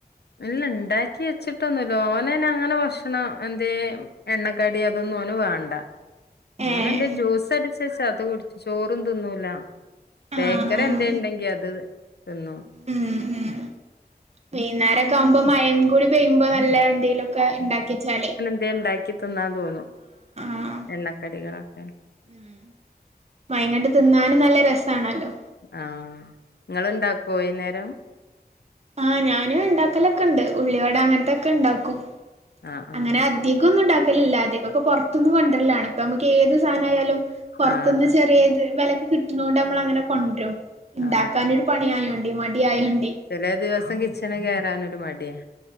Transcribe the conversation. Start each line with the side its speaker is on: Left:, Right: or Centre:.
Left: ഇല്ല ഇണ്ടാക്കി വെച്ചിട്ടൊന്നുല്ല. ഓനയ്നങ്ങനെ ഭക്ഷണം എന്തേം എണ്ണക്കടി അതൊന്നും ഓന് വേണ്ട ഓനെന്തേം
Right: ഏഹ്
Left: ജ്യൂസ് അടിച്ചെച്ചാ അത് കുട്ടച് ചോറും തിന്നൂല
Right: ആഹ്
Left: ബേക്കറി
Right: ആഹ്
Left: ന്തേം ഇണ്ടെങ്കി അത് തിന്നൂ
Right: ഉം ഉം വൈന്നാരൊക്കാവുമ്പോ മഴിം കൂടിം പെയ്യുമ്പം നല്ല എന്തേലൊക്കെ ഇണ്ടാക്ക്യേച്ചാലേ
Left: എന്തേം ണ്ടാക്കി തിന്നാൻ തോന്നും
Right: ആഹ്
Left: എണ്ണക്കടികളൊക്കെ.
Right: ഉം മഴങ്ങട്ട് തിന്നാനും നല്ല രസാണല്ലോ.
Left: ആഹ് ഇങ്ങള്ണ്ടാക്കോ വൈന്നേരം
Right: ആഹ് ഞാന് ഇണ്ടാക്കലൊക്കെണ്ട് ഉള്ളിവട അങ്ങനത്തൊക്കെ ണ്ടാക്കും.
Left: ആഹ്
Right: അങ്ങനെ
Left: ആഹ്
Right: അധികൊന്നും ഇണ്ടാക്കലില്ല അധികൊക്കെ പൊർത്ത്ന്ന് കൊണ്ടരലാണ് ഇപ്പൊ നമുക്ക് ഏത് സാനായാലും പൊർത്ത്ന്ന്
Left: ആഹ്
Right: ചെറിയ ത് വിലക്ക് കിട്ട്ണോണ്ട് നമ്മൾ അങ്ങനെ കൊണ്ട്രും ഇണ്ടാക്കാനൊരു
Left: ആഹ് അതെ
Right: പണിയായോണ്ടേ മടിയായോണ്ടേ
Left: ചെലേ ദിവസം കിച്ചണി കേറാനൊര് മടിയാ